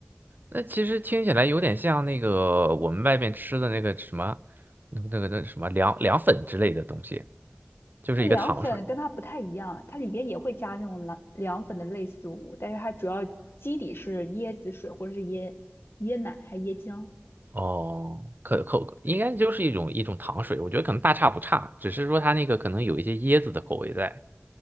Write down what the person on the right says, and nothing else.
那其实听起来有点像那个我们外面吃的那个什么，那个那个那什么凉凉粉之类的东西，就是一个糖水。
哦，可口应该就是一种一种糖水，
我觉得可能大差不差，只是说它那个可能有一些椰子的口味在。